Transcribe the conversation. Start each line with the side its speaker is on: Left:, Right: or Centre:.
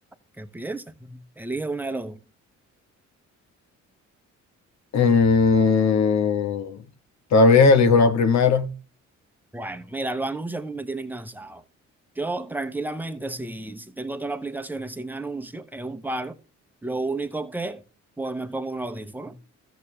Centre: ¿Qué piensas? Elige una de los dos.
Left: Mm, está bien, elijo la primera.
Centre: Bueno, mira, los anuncios a mí me tienen cansado. Yo tranquilamente, si, si tengo todas las aplicaciones sin anuncios, es un palo. Lo único que, pues me pongo un audífono.